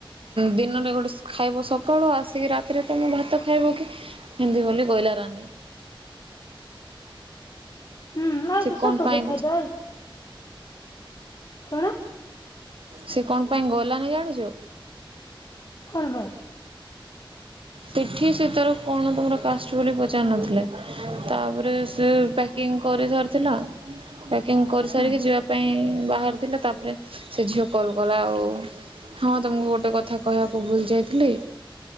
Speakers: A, on the right; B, on the left.
A: ଦିନରେ ଗୋଟେ ଖାଇବ ସକାଳୁ ଆସିକି ରାତିରେ ତମେ ଭାତ ଖାଇବ କି ଏମିତି ବୋଲି ବୋଲି କହିଲା ରାନୀ।
B: ହୁଁ ହଉଦ
A: ସେ କଣ
B: ସତ
A: ପାଇଁ
B: କଥା ତ। କଣ?
A: ସେ କଣ ପାଇଁ ଗଲାନି ଜାଣିଛୁ?
B: କଣ ବେ
A: ତିଥି ସେ ତାର କଣ ତୁମର କାଷ୍ଟ ବୋଲି ପଚାରିିନଥିଲେ ତାପରେ ସେ ପ୍ୟାକିଙ୍ଗ କରି ସାରିଥିଲା ପ୍ୟାକିଂ କରିସାରିକି
B: ହୁଁ
A: ଯିବା ପାଇଁ ବାହାରାରୁଥିଲେ ତାପରେ ସେ ଝିଅ କଲ୍ କଲା ଆଉ ହଁ ତମକୁ ଗୋଟେ କଥା କହିବାକୁ ଭୁଲି ଯାଇଥିଲି।